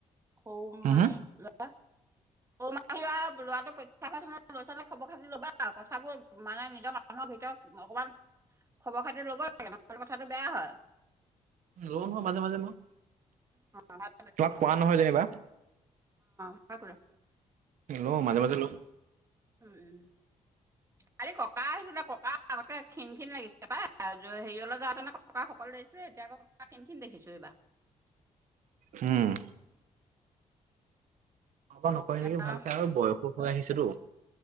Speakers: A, on the right; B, on the right.
A: সউ
B: হুম
A: মাহি
B: হুম
A: ল'ৱা। <unintelligible> <unintelligible> ল'ৱাটো পইক্ষা হৈছ ন <unintelligible> খবৰ খাতি ল'বা আউ কথাবোৰ মানে নিজৰ মানুহৰ ভিতৰত অকমান খবৰ খাতি ল'ব লাগে ন'হলে কথাটো বেয়া হয়।
B: লওঁ নহয় মাজে মাজে মই।
A: অ ভাল
B: তোমাক কোৱা নহয় যেনিবা
A: <unintelligible>
B: লওঁ মাজে মাজে লওঁ।
A: উম।
B: <inaudible>
A: কালি ককা আহিছিলে ককা আগতকে খিন খিন লাগিছে। হেইৱলে যাওঁতেন আকৌ <unintelligible> শকত লাগিছিলে এতিয়া আকৌ <unintelligible> খিন খিন দেখিছোঁ এইবা
B: উম। <unintelligible> নকৰে
A: এতিয়া
B: নেকি ভালকে আৰু বয়সো হৈ আহিছেতো।